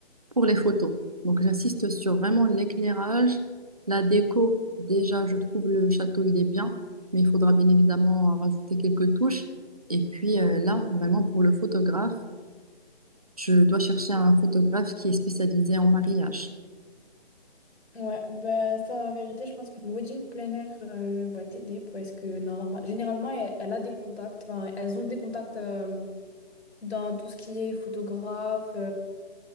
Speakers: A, on the right; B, on the left.
A: pour les photos. Donc, j'insiste sur vraiment l'éclairage, la déco. Déjà, je trouve le château, il est bien, mais il faudra bien évidemment rajouter quelques touches. Et puis euh, là, vraiment pour le photographe, je dois chercher un photographe qui est spécialisé en mariage.
B: Ouais, bah, ça, en vérité, je pense qu'une wedding planner euh, va t'aider parce que norma- généralement, elle, elle a des contacts, enfin, elles ont des contacts euh, dans tout ce qui est photographe.